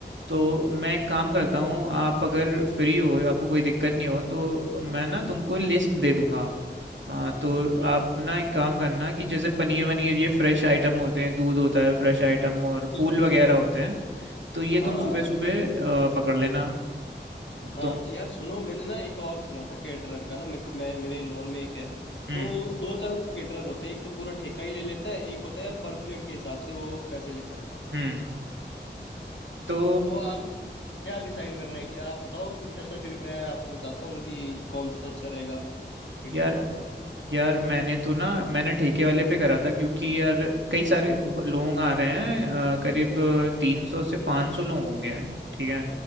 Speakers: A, on the right; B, on the left.
A: तो मैं एक काम करता हूँ आप अगर फ्री हो आपको कोई दिक्कत नहीं हो तो मैं ना तुमको लिस्ट दे दूंगा हाँ तो
B: हम्म
A: आप ना एक काम करना कि जैसे पनीर वनीर ये फ्रेश आइटम होते हैं दूध होता है फ्रेश आइटम और
B: बिल्कुल
A: फूल वगैरह
B: बिल्कुल
A: होते हैं तो ये तुम
B: हाँ हाँ
A: सुबह
B: हाँ
A: सुबह पकड़ लेना
B: हाँ
A: तुम
B: यार सुनो मैंने ना एक और सुना था केटरर का ना मेरे को मैं मेरे नॉन में एक है
A: हम्म
B: तो दो तरह के केटरर होते हैं एक तो पूरा ठेका ही ले लेता है एक होता है यार पर प्लेट के हिसाब से वो पैसे लेता है
A: हम्म तो
B: तो आप क्या डिसाइड करना है कि आप बताओ कुछ ऐसा फिर मैं आपको बताता हूँ कि कौन सा अच्छा रहेगा केटर
A: यार
B: फिर
A: यार मैंने तो ना मैंने ठेके वाले पे करा था क्योंकि यार कई सारे ब- लोग आ रहे हैं अ, करीब तीन सौ से पाँच सौ लोग होंगे ठीक है